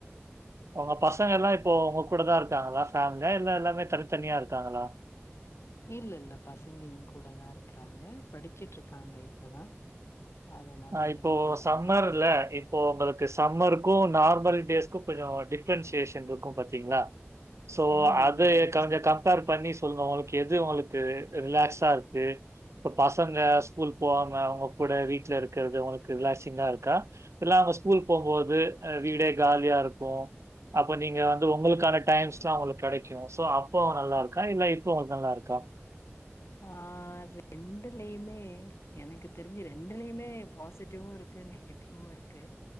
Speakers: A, on the right (about 80°); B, on the left (about 65°).
A: உங்க பசங்க எல்லாம் இப்போ உங்க கூட தான் இருக்காங்களா ஃபேமிலியா இல்ல எல்லாமே தனித்தனியா இருக்காங்களா
B: இல்ல இல்ல பசங்க எ கூட தா இருக்கறாங்க படிச்சுட்டு இருக்காங்க இப்பதா அதனால
A: ஆ இப்போ
B: என் கூட
A: சம்மர்
B: தா இருக்காங்க
A: இல்ல இப்போ உங்களுக்கு சம்மர் க்கு நார்மல் டேஸ்க்கு கொஞ்ச டிஃப்ரன்சியேஷன் இருக்கு பத்தீங்களா சோ
B: ஆமா
A: அது
B: ஆமா நிச்சயமா
A: கொஞசம கம்பேர் பண்ணி சொல்லுங்க எது உங்களுக்கு ரிலாக்ஸா இருக்கு இப்ப பசங்க ஸ்கூல் போவாம அவுங்க கூட வீ ட்ல இருக்கிறது உங்களுக்கு ரிலாக் சிங்கா இருக் கா இல்ல அவங்க ஸ்கூல் போகும்போது வீடே காலியா இருக்கு அப்ப நீங்க வந்து உங்களுக்கான டைம்ஸ்ல்லா உங்களுக்கு கெடைக்கும் சோ அப்ப நல்லா இருக்கா இல்ல இப்ப உங்களுக்கு நல்லா இருக்கா
B: ஆ ரெண்டுலயுமே எனக்கு தெரிஞ்சு ரெண் ரெண்டலியுமே பாசிட்டிவு இருக்கு நெகட்டிவவு இருக்கு